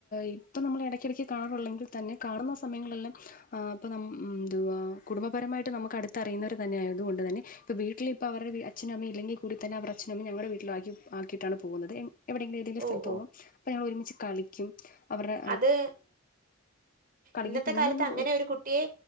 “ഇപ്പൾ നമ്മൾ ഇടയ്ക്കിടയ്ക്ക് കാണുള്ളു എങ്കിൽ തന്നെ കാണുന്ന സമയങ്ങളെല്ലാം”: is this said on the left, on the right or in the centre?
Left